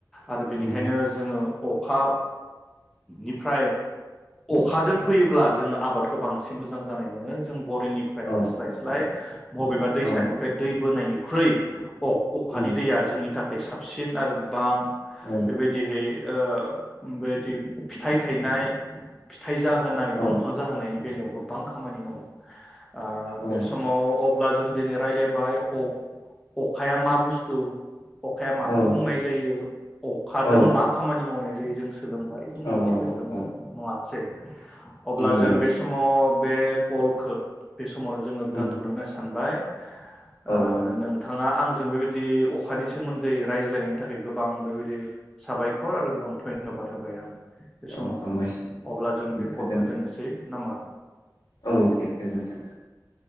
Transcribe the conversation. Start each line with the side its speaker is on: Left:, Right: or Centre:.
Centre: आरो बिनिखायनो
Left: उम
Centre: जोङो अखा निफ्राय अखाजों फैयोब्ला जोङो आबादखौ बांसिन मोजां जानाय मोनो जों बरिंनिफ्राय
Left: औ
Centre: होस्लायस्लाय <inaudible> बबेबा दैसानिफ्राय
Left: औ
Centre: दैब बोनायनिख्रुइ अ-अखानि
Left: उम
Centre: दैया जोंनि थाख खाय साबसिन आरो गोबां
Left: औ
Centre: बेबायदिहै ओ बेद दि‌ फिथाइ थायनाय फि थाइ जाहोनाय
Left: औ
Centre: दंफां जाहोनायनि बेलायाव गोबां खामानि मावो। ओ
Left: औ
Centre: बे समाव अब ब्ला जोङो दिनै रायलायबाय अख-अखाया मा बुस्थु। अखाया माखो
Left: औ
Centre: बुंनाय जायो? अखाजों
Left: औ
Centre: मा खामानि मावनाय जायो? जों सोलों बाय जों
Left: औ
Centre: मिथिबाय रोंबाय
Left: औ
Centre: नङा सै अब्ला
Left: नंगौ
Centre: जों बे समाव बे कलखो बे समावनो जोङो
Left: उम
Centre: दोन्थ'नो होनना सानबाय। ओ
Left: औ जागोन दे
Centre: नोंथाङा आं जों बेबायदि अखानि सोमोन्दै रायज्लायनायनि थाखाय गोबां बेबायदि साबायखर आरो गोबां धय धन्यबाद होबाय आं। बे समाव
Left: औ हामबायसै
Centre: अब्ला जों बे
Left: गोजोनथों
Centre: कलखौ दोननोसै नामा?
Left: औ दे गोजोन्थों।